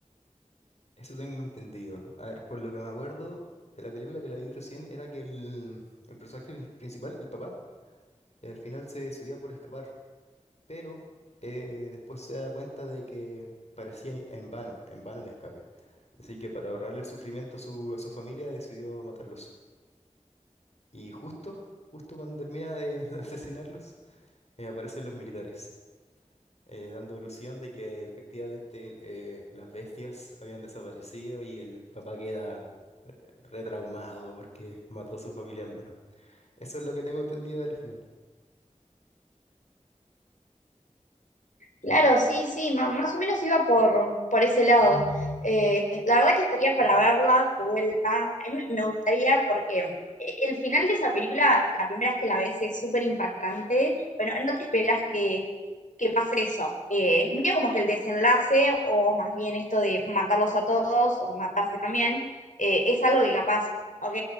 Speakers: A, on the left; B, on the left.
A: Eso tengo entendido. A ver, por lo que me acuerdo de la película que la vi recién era que el, el personaje principal, el papá, eh, al final se decidía por escapar pero eh, después se da cuenta de que parecía en vano, en vano el escape. Así que para ahorrarle el sufrimiento a su, a su familia decidió matarlos. Y justo, justo cuando termina de <laughs> asesinarlos, eh, aparecen los militares, eh, dando ilusión de que efectivamente eh, las bestias habían desaparecido y el papá queda retraumado porque mató a su familia en vano. Eso es lo que tengo entendido del final.
B: Claro, sí, sí, ma- más o menos iba por, por ese lado. Eh, la verdad que estaría para verla de vuelta. A mí me me gustaría porque eh, el final de esa película, la primera vez que la ves es súper impactante. Bueno, no te esperas que, que pase eso. Eh, medio como que el desenlace, o más bien esto de matarlos a todos o matarse también, eh, es algo que capaz, ok,